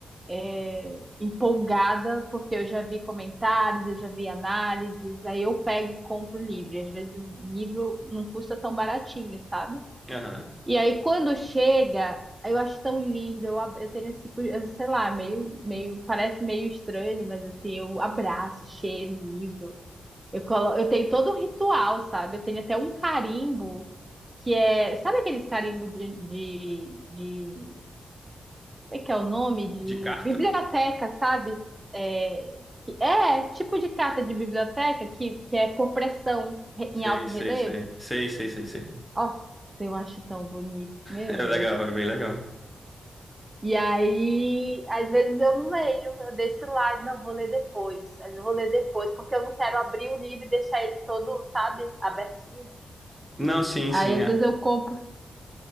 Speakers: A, on the right; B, in the centre.
A: é, empolgada porque eu já vi comentários, eu já vi análises, aí eu pego e compro o livro. E às vezes o livro não custa tão baratinho, sabe?
B: Aham.
A: E aí quando chega, eu acho tão lindo, eu, ab- eu tenho esse, cu- eu sei lá, meio, meio, parece meio estranho, mas assim, eu abraço, cheiro o livro. Eu, colo... eu tenho todo um ritual, sabe? Eu tenho até um carimbo que é. Sabe aqueles carimbo de, de, de- Como é que é o nome? De
B: De carta?
A: biblioteca, sabe? É, que- é tipo de carta de biblioteca que, que é por pressão re-
B: Sei,
A: em alto
B: sei,
A: relevo.
B: sei. Sei, sei, sei, sei.
A: Nossa, eu acho tão bonito, meu
B: É
A: Deus.
B: legal, é bem legal.
A: E aí, às vezes eu não leio, eu deixo lá, e não, vou ler depois, eu vou ler depois, porque eu não quero abrir o livro e deixar ele todo, sabe, abertinho.
B: Não, sim,
A: Aí
B: sim.
A: às
B: é-
A: vezes eu compro